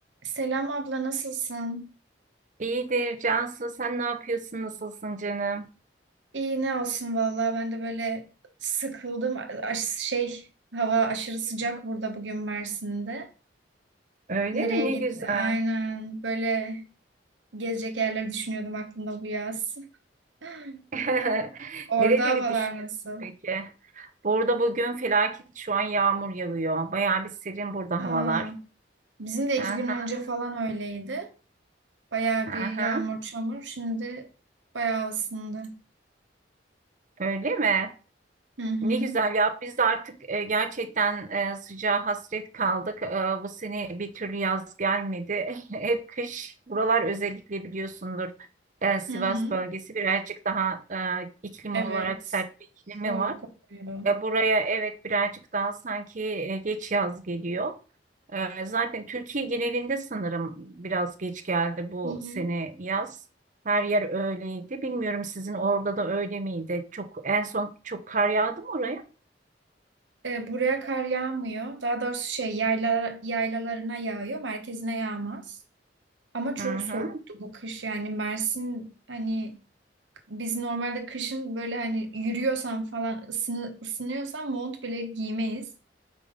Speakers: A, on the right; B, on the right.
A: Selam abla nasılsın?
B: İyidir Cansu, sen ne yapıyorsun, nasılsın canım?
A: İyi ne olsun vallahi ben de böyle sıkıldım. Aş- şey hava aşırı sıcak burada bugün Mersin'de.
B: Öyle
A: Nereye
B: mi? Ne
A: git?
B: güzel.
A: Aynen böyle gezecek yerleri düşünüyordum aklımda bu yaz. <gasps>
B: <laughs>
A: <laughs> Orada
B: Nereleri
A: havalar
B: düşünüyorsun
A: nasıl?
B: peki? Burada bugün felaket şu an yağmur yağıyor. Bayağı bir serin burada
A: Aa,
B: havalar.
A: bizim de
B: Aha,
A: iki gün önce falan öyleydi. Bayağı
B: aha.
A: bir yağmur çamur. Şimdi bayağı ısındı.
B: Öyle mi?
A: Hı hı.
B: Ne güzel ya. Biz de artık e, gerçekten e, sıcağa hasret kaldık. E, bu sene bir türlü yaz gelmedi. <laughs> Hep kış. Buralar özellikle biliyorsundur. E, Sivas
A: Hı hı.
B: bölgesi birazcık daha e, iklim
A: Evet.
B: olarak sert bir iklimi
A: Soğuk
B: var.
A: oluyor.
B: Ve buraya evet birazcık daha sanki e, geç yaz geliyor. E, Zaten Türkiye genelinde sanırım biraz geç geldi bu
A: Hı hı.
B: sene yaz. Her yer öyleydi. Bilmiyorum sizin orada da öyle miydi? Çok en son çok kar yağdı mı oraya?
A: E, buraya kar yağmıyor. Daha doğrusu şey yayla, yaylalarına yağıyor. Merkezine yağmaz. Ama çok
B: Hı hı.
A: soğuktu bu kış. Yani Mersin hani biz normalde kışın böyle hani yürüyorsan falan ısını, ısınıyorsan mont bile giymeyiz